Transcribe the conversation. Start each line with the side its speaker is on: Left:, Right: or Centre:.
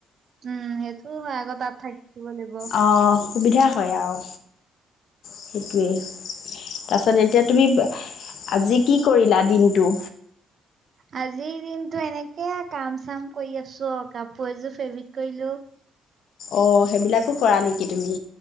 Right: উম সেইটো হয় আকৌ তাত থাকিব লাগিব
Left: অঁ সুবিধা হয় আৰু সেইটোৱেই তাৰপিছত এতিয়া তুমি আজি কি কৰিলা দিনটো?
Right: আজিৰ দিনতো এনেকে কাম চাম কৰি আছো অ কাপোৰ এযোৰ ফেব্ৰিক কৰিলো।
Left: অ সেইবিলাকো কৰা নেকি তুমি?